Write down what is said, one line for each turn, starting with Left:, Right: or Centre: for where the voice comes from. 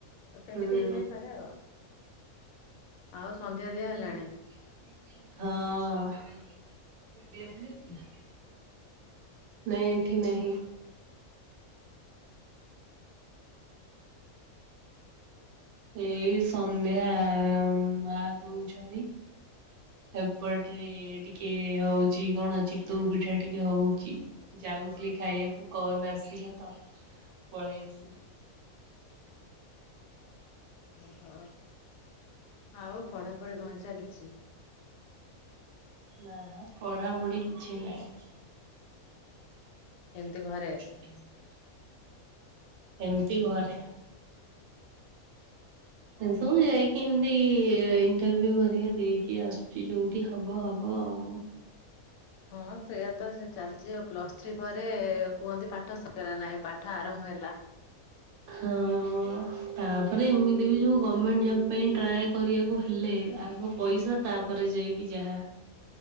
Left: ତ ସେମିତି
Right: ହୁଁ
Left: ହେଇଥାଇ ପାରେ ଆଉ ଆଉ ସନ୍ଧ୍ୟା ଦିଆ ହେଲାଣି?
Right: ହଁ ନାଇଁ ଏଠି ନାହିଁ। ଏଇ ସନ୍ଧ୍ୟା ମା ଦଉଛନ୍ତି। ଏପଟରେ ଟିକେ ହଉଛି କଣ ଚିତଉ ପିଠା ଟିକେ ହଉଛି। ଯାଉଥିଲି ଖାଇବାକୁ କଲ ଆସିଲା ତ ପଳାଇ ଆସିଲି।
Left: ଓହୋ ଆଉ ପଢାପଢି କଣ ଚାଲିଛି?
Right: ନା ପଢାପଢି କିଛି ନାହିଁ।
Left: ଏମିତି ଘରେ।
Right: <inaudible> ଏମିତି ଘରେ। ଏମିତି ଯାଇକି ଏମତି ଇଣ୍ଟରଭିଉ ଘରିକା ଦେଇକି ଆସୁଛି ଯୋଉଠି ହବ ହବ ଆଉ।
Left: ହଁ ସେଇଆ ତ ସେ ଚାଲିଛି ଆଉ ପ୍ଲସ୍ ଥ୍ରୀ ପରେ କୁହନ୍ତି ପାଠ ସରିଗଲା ନାହିଁ ପାଠ ଆରମ୍ଭ ହେଲା।
Right: ହଁ ହଁ ତାପରେ ଏମିତି ବି ଯୋଉ ଗଭର୍ଣମେଣ୍ଟ ଜବ ପାଇଁ ଟ୍ରାଏ କରିବାକୁ ହେଲେ ଆଗ ପଇସା ତାପରେ ଯାଇକି ଯାହା।